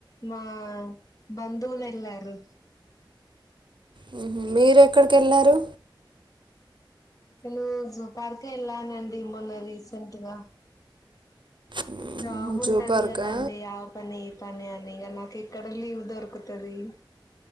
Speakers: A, on the left (about 45°); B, on the right (about 65°).
A: మా ఆ బంధువులు ఎల్లారు
B: హు హుం మీర్ ఎక్కడికి వెళ్ళారు
A: హేలో జూ పార్కు ఎల్లానండి మొన్న రీసెంట్గా
B: మ్మ్,
A: జాబ్ ఉంటది
B: జూ పార్కా
A: కదండి ఆ పని ఈ పని అ నిగ నాకు ఎక్కడ లీవ్ దొరుకుతది